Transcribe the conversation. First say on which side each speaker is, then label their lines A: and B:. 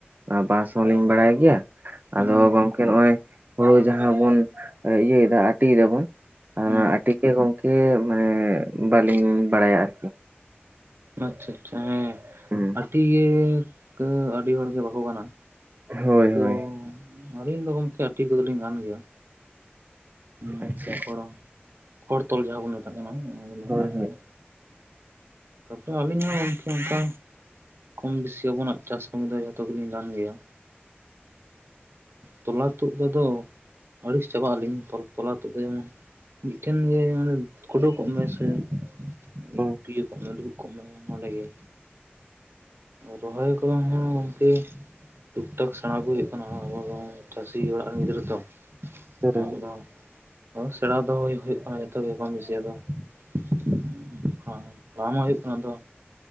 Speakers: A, on the right; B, on the right.
A: ᱵᱟᱥ ᱦᱚᱸᱞᱤᱧ ᱵᱟᱲᱟᱭ ᱜᱮᱭᱟ᱾
B: ᱦᱩᱸ
A: ᱟᱫᱚ ᱜᱚᱝᱠᱮ ᱱᱚᱜᱼᱚᱭ ᱦᱳᱲᱳ ᱡᱟᱦᱟᱸ ᱵᱚᱱ ᱤᱭᱟᱹᱭ ᱫᱟ ᱟᱹᱴᱤᱭ ᱫᱟᱵᱚᱱ᱾ ᱚᱱᱟ
B: ᱦᱩᱸ
A: ᱟᱹᱴᱤ ᱜᱮ ᱜᱚᱝᱠᱮ ᱢᱟᱱᱮ ᱵᱟᱞᱤᱧ ᱵᱟᱲᱟᱭᱟ ᱟᱨᱠᱤ᱾
B: ᱟᱪᱪᱷᱟ ᱟᱪᱪᱷᱟ ᱦᱮᱸ,
A: ᱦᱩᱸ
B: ᱟᱹᱴᱤ ᱜᱮ ᱟᱹᱰᱤ ᱦᱚᱲ ᱜᱮ ᱵᱟᱠᱚ ᱜᱟᱱᱟ᱾
A: ᱦᱳᱭ
B: ᱛᱚ
A: ᱦᱳᱭ᱾
B: ᱟᱹᱞᱤᱧ ᱫᱚ ᱜᱚᱢᱠᱮ ᱟᱹᱴᱤ ᱠᱚᱫᱚᱞᱤᱧ ᱜᱟᱱ ᱜᱮᱭᱟ᱾ ᱦᱩᱸ
A: ᱟᱪᱪᱷᱟ᱾
B: ᱠᱷᱚᱲ ᱛᱚᱞ ᱡᱟᱦᱟᱸ ᱵᱚᱱ ᱢᱮᱛᱟᱜ ᱠᱟᱱᱟ ᱚᱱᱟ ᱫᱚ
A: ᱦᱳᱭ
B: ᱱᱝᱠᱟᱱ
A: ᱦᱳᱭ
B: ᱜᱮᱭᱟ᱾ ᱛᱟᱯᱚᱨ ᱟᱹᱞᱤᱧ ᱦᱚᱸ ᱜᱚᱢᱠᱮ ᱚᱱᱠᱟ᱾ ᱠᱚᱢ ᱵᱮᱥᱤ ᱟᱵᱚᱱᱟᱜ ᱪᱟᱥ ᱠᱟᱹᱢᱤ ᱫᱚ ᱡᱚᱛᱚ ᱜᱮᱞᱤᱧ ᱜᱟᱱ ᱜᱮᱭᱟ᱾ ᱛᱚᱞᱟ ᱛᱩᱫ ᱛᱚᱫᱚ ᱟᱹᱲᱤᱥ ᱪᱟᱵᱟᱜ ᱟᱹᱞᱤᱧ ᱛᱚᱞ ᱛᱚᱞᱟ ᱛᱚᱫ ᱫᱚ ᱡᱮᱢᱚᱱ ᱢᱤᱫᱴᱷᱮᱱ ᱜᱮ ᱢᱟᱱᱮ ᱠᱩᱰᱩ ᱠᱚᱜ ᱢᱮ ᱥᱮ <unintelligible>
A: ᱦᱩᱸ
B: ᱠᱚᱜ ᱢᱮ, ᱫᱩᱲᱩᱵ ᱠᱚᱜ ᱢᱮ, ᱚᱸᱰᱮ ᱜᱮ᱾ ᱨᱚᱦᱚᱭ ᱠᱚ ᱦᱚᱸ ᱜᱚᱢᱠᱮ᱾ ᱴᱩᱠ ᱴᱟᱠ ᱥᱮᱸᱬᱟ ᱟᱜᱩᱭ ᱦᱩᱭᱩᱜ ᱠᱟᱱᱟ ᱟᱵᱚ ᱫᱚ ᱪᱟᱹᱥᱤ ᱚᱲᱟᱜ ᱨᱮᱱ ᱜᱤᱫᱽᱨᱟᱹ ᱛᱚ᱾
A: ᱦᱩᱸ
B: ᱚᱱᱟ ᱠᱚᱫᱚ ᱥᱮᱬᱟ ᱫᱚ ᱦᱩᱭᱩᱜ ᱠᱟᱱᱟ ᱡᱚᱛᱚ ᱜᱮ ᱠᱚᱢ ᱵᱮᱥᱤ ᱟᱫᱚ᱾ <unintelligible> ᱯᱟᱲᱦᱟᱣ ᱢᱟ ᱦᱩᱭᱩᱜ ᱠᱟᱱᱟ ᱟᱫᱚ,